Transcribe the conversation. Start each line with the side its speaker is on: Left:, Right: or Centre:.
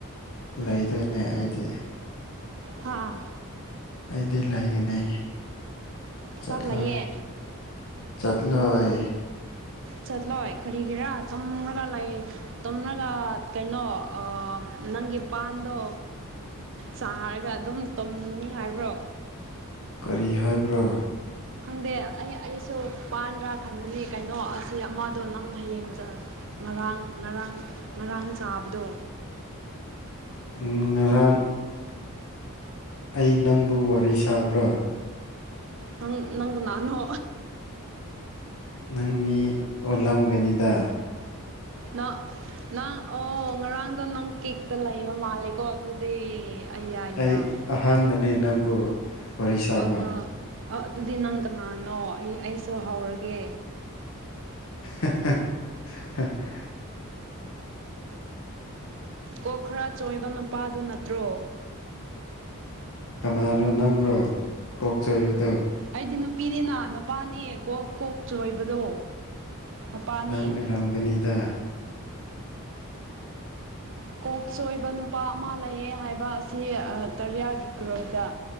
Left: ꯂꯩꯗꯣꯏꯅꯦ ꯑꯩꯗꯤ
Right: ꯍꯥꯥ
Left: ꯑꯩꯗꯤ ꯂꯩꯒꯅꯤ
Right: ꯊꯕꯛ
Left: ꯆꯠꯂꯣꯏ
Right: ꯂꯩꯌꯦ
Left: ꯆꯠꯂꯣꯏ
Right: ꯆꯠꯂꯣꯏ ꯀ꯭ꯔꯤꯒꯤꯔ ꯇꯨꯝꯃꯒ ꯂꯩ ꯇꯣꯝꯃꯒ ꯀꯩꯅꯣ ꯑ ꯅꯪꯒꯤ ꯄꯥꯟꯗꯣ ꯆꯥꯔꯒ ꯑꯗꯨꯝ ꯇꯨꯝꯒꯅꯤ ꯍꯥꯏꯕ꯭ꯔꯣ
Left: ꯀꯔꯤ ꯍꯥꯏꯕ꯭ꯔ
Right: ꯈꯪꯗꯦ ꯑꯩ ꯑꯩꯁꯨ ꯄꯥꯟꯗ꯭ꯔꯥ ꯈꯟꯕꯅꯤ ꯀꯩꯅꯣ ꯑꯁꯤ ꯑꯃꯗꯣ ꯅꯪ ꯍꯌꯦꯡꯆ ꯉꯔꯥꯡ ꯉꯔꯥꯡ ꯉꯔꯥꯡ ꯆꯥꯕꯗꯣ
Left: ꯎꯝ ꯉꯔꯥꯡ ꯑꯩ ꯅꯪꯕꯨ ꯋꯥꯔꯤ ꯁꯥꯕ꯭ꯔꯥ
Right: ꯅꯪ ꯅꯪ ꯀꯅꯅꯣ
Left: ꯅꯪ ꯃꯤ ꯑꯣꯜꯂꯝꯒꯅꯤꯗ
Right: ꯅ ꯅꯪ ꯑꯣ ꯉꯔꯥꯡꯗꯣ ꯅꯪ ꯀꯦꯛꯇ ꯂꯩꯕ ꯃꯥꯜꯂꯦꯀꯣ ꯑꯗꯨꯗꯤ ꯑꯌꯥ ꯑꯌꯥꯥ
Left: ꯑꯩ ꯑꯍꯥꯟꯕꯅꯦ ꯅꯪꯕꯨ ꯋꯥꯔꯤ ꯁꯥꯕ
Right: ꯑꯣ ꯑꯣ ꯑꯗꯨꯗꯤ ꯅꯪ ꯀꯅꯥꯅꯣ ꯑꯩ ꯑꯩꯁꯨ ꯍꯧꯔꯒꯦ
Left: <inaudible> <inaudible>
Right: ꯀꯣꯛ ꯈꯔ ꯆꯣꯏꯕ ꯅꯨꯄꯥꯗꯨ ꯅꯠꯇ꯭ꯔꯣ
Left: ꯀꯅꯥꯔꯣ ꯅꯪꯔꯣ ꯀꯣꯛ ꯆꯣꯏꯕꯗꯣ
Right: ꯑꯩꯗꯤ ꯅꯨꯄꯤꯅꯤꯅ ꯅꯨꯄꯥꯅꯦ ꯀꯣꯛ ꯀꯣꯛ ꯆꯣꯏꯕꯗꯣ ꯃꯄꯥꯅꯤ
Left: ꯅꯪ ꯑꯣꯏꯔꯝꯒꯅꯤꯗ
Right: ꯀꯣꯛ ꯁꯣꯏꯕ ꯅꯨꯄꯥ ꯑꯃ ꯂꯩꯌꯦ ꯍꯥꯏꯕ ꯑꯁꯤ ꯀꯔꯤꯌꯥꯒꯤ ꯒ꯭ꯔꯨꯞꯇ